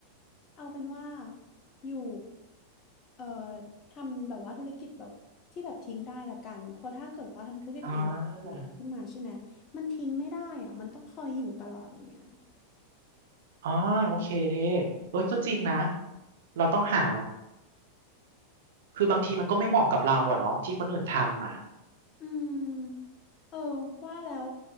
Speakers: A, on the left (about 35°); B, on the right (about 55°).
A: เอาเป็นว่าอยู่เอ่อทำแบบว่าธุรกิจแบบที่แบบทิ้งได้ละกันเพราะถ้าเกิดว่าทำธุรกิจใหญ่ๆอย่างเงี้ยขึ้นมาใช่ไหม
B: อ่า
A: มันทิ้งไม่ได้อ่ะมันต้องคอยอยู่ตลอดอย่างเงี้ย
B: อ๋อโอเคเอ้ยก็จริงนะเราต้องหาคือบางทีมันก็ไม่เหมาะกับเราอะเนาะที่คนอื่นทำอ่ะ
A: อืมเออ ว่าแล้ว